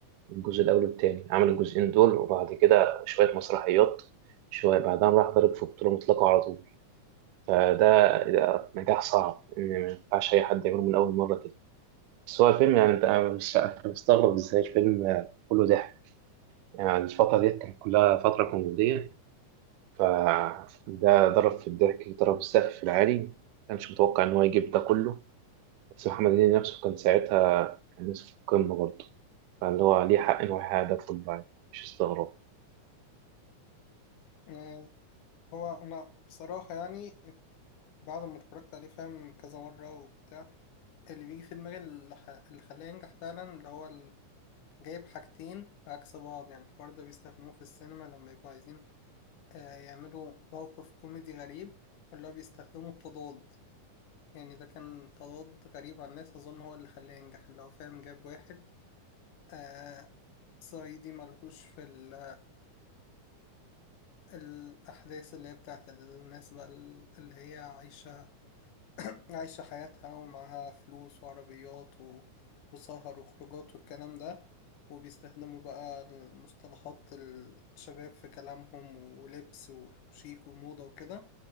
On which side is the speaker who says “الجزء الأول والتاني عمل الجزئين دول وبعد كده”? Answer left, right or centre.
Right